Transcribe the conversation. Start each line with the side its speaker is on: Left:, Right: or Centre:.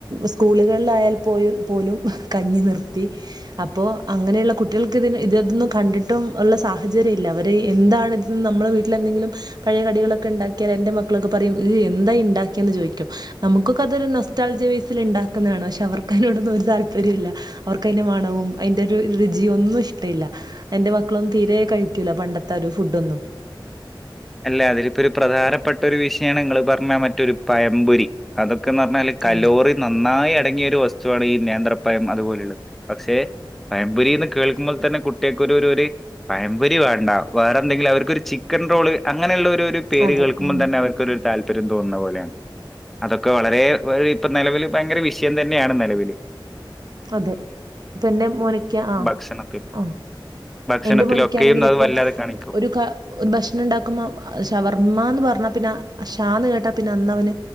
Right: സ്കൂളുകളിലായാൽ പോയു പോലും കഞ്ഞി നിർത്തി അപ്പോ അങ്ങനെയുള്ള കുട്ടികൾക്ക് ഇതി ഇതതൊന്നും കണ്ടിട്ടും ഉള്ള സാഹചര്യം ഇല്ല അവര് എന്താണ് ഇത് നമ്മളെ വീട്ടില എന്തെങ്കിലും പഴയ കടികളൊക്കെ ഉണ്ടാക്കിയാൽ എന്റെറ മക്കളൊക്കെ പറയും ഈ എന്താ ഉണ്ടാക്കിയന്ന് ചോദിക്കും നമുക്കൊക്കെ അതൊരു നൊസ്റ്റാൾജിയ ബെയ്സിൽ ഉണ്ടാക്കുന്നതാണ് പക്ഷെ അവർക്കതിനോടൊന്നും ഒരു താല്പര്യം ഇല്ല അവർക്കതിന്റെ മണവും അയ്ന്റെ രു രുചിയു ഒന്നും ഇഷ്ടയില്ല. എൻ്റെ മക്കളൊന്നും തീരെ കഴിക്കൂല പണ്ടത്തെ ഒര് ഫുഡൊന്നും
Centre: അല്ല അതിലിപ്പോ ഒരു പ്രധാനപ്പെട്ട ഒരു വിഷയാണ് നിങ്ങള് പറഞ്ഞ മറ്റെ- മറ്റൊരു പയമ്പൊരി അതൊക്കെ അതൊക്കന് പറഞ്ഞാല് കലോറി
Right: അതെ.
Centre: നന്നായി തുടങ്ങിയ ഒരു വസ്തുവാണ് ഈ നേന്ത്രപ്പയം അതുപോലെയുള്ളത് പക്ഷെ പയംപൊരിന്ന് കേൾക്കുമ്പോൾ തന്നെ കുട്ടികൾക്കൊരു ഒരു പയംപൊരി വേണ്ട വേറെ എന്തെങ്കിലും അവർക്കൊരു ചിക്കൻ റോള് അങ്ങനെയുള്ള ഒരു ഒരു പേര്
Right: അതെ.
Centre: കേൾക്കുമ്പോൾ
Right: ഉം.
Centre: തന്നെ അവർക്കൊരു താല്പര്യം തോന്നുന്ന പോലെയാണ് അതൊക്കെ വളരെ ഇപ്പ നിലവിൽ ഭയങ്കര വിഷയം തന്നെയാണ് നിലവിൽ
Right: അതെ ഇപ്പൊ എൻറെ മോനയ്ക്ക് ആ
Centre: ഭക്ഷണത്തിൽ
Right: ആ
Centre: ഭക്ഷണത്തിലൊക്കെയും
Right: എൻ്റെ മോനക്കാണെങ്കിൽ
Centre: അത്
Right: ഇപ്പം
Centre: വല്ലാതെ കാണിക്കും.
Right: ഒരു ക ഭക്ഷണം ഉണ്ടാക്ക ക്കുമ്പോ ഷവർമ്മ എന്ന് പറഞ്ഞ പിന്നെ ഷാന്ന് കേട്ടാ പിന്നെ അന്ന അവന്